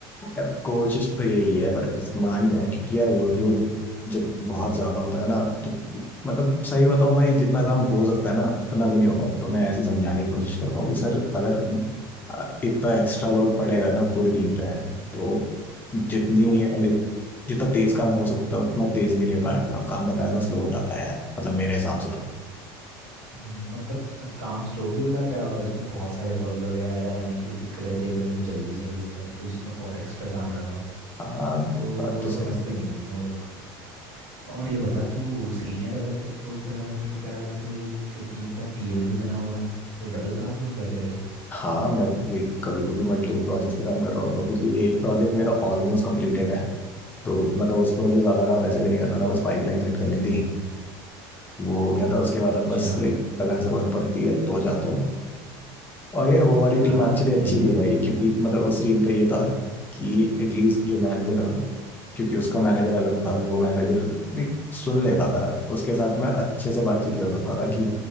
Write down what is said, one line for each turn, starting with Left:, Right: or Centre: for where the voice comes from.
Left: यार कोशिश तो यही है पर बस मान में है क्योंकि यार वर्कलोड जब बहुत ज्यादा होता है ना तो मतलब सही बताऊं भाई जितना काम हो सकता है ना उतना भी नहीं हो पाता तो मैं ऐसे ही समझाने की कोशिश करता हूँ कि सर अगर अ, इतना एक्स्ट्रा लोड पड़ेगा ना पूरी टीम पे तो जितनी like, जितना तेज काम हो सकता है उतना तेज भी नहीं हो पाएगा काम काम बकायदा स्लो हो जाता है यार मतलब मेरे हिसाब से तो
Right: हम्म, मतलब अ, काम स्लो भी हो जाता है और उसमें बहुत सारे बग्स वगैरह एरर आने की भी दिक्कत रहती है अगर उन्हें जल्दी चाहिए होता है तो फिर उसमें और एक्स्ट्रा काम लगाओ
Left: हाँ
Right: तो
Left: बात
Right: वो
Left: तो सही
Right: समझते
Left: है।
Right: नहीं है ना वो लोग और ये बता तू सीनियर डेवलपर की पोस्ट पे लगा था तू कह रहा था तू एक टीम का टीएल भी बना हुआ है तो डबल काम नहीं हो गया तेरा ये
Left: हाँ मैं लाइक कभी कभी मल्टीपल प्रोजेक्ट्स पे काम कर रहा होता हूँ क्योंकि एक प्रोजेक्ट मेरा ऑलमोस्ट कंप्लीटेड है तो मतलब उसपे मुझे ज्यादा काम वैसे भी नहीं करना था बस पाइपलाइन सेट करनी थी वो हो गया था उसके बाद
Right: अच्छा
Left: अब बस लाइक अगर जरूरत पड़ती है तो जाता हूँ और यार वो वाली
Right: हाँ
Left: टीम एक्चुअली
Right: सही
Left: अच्छी थी
Right: है
Left: भाई क्योंकि मतलब उस टीम पे ये था कि एटलीस्ट जो मैनेजर क्योंकि उसका मैनेजर अलग था वो मैनेजर सुन लेता था उसके साथ मैं अच्छे से बातचीत कर सकता था कि